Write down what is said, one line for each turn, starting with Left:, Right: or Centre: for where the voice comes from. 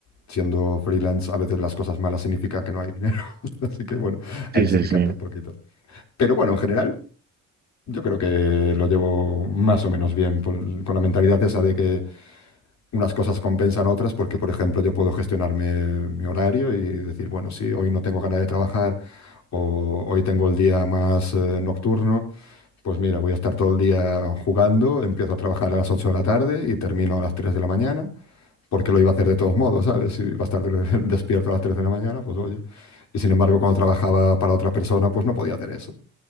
Left: siendo freelance, a veces las cosas malas significa que no hay dinero, <laughs> así que, bueno, ahí
Right: Sí, sí,
Left: sí que
Right: sí.
Left: cambia un poquito. Pero bueno, en general, yo creo que lo llevo más o menos bien por- con la mentalidad esa de que unas cosas compensan otras porque, por ejemplo, yo puedo gestionarme mi horario y decir, bueno, si hoy no tengo ganas de trabajar o hoy tengo el día más eh, nocturno, pues mira, voy a estar todo el día jugando, empiezo a trabajar a las 8 de la tarde y termino a las 3 de la mañana, porque lo iba a hacer de todos modos, ¿sabes? Si iba a estar de- <laughs> despierto a las 3 de la mañana, pues oye. Y sin embargo, cuando trabajaba para otra persona, pues no podía hacer eso.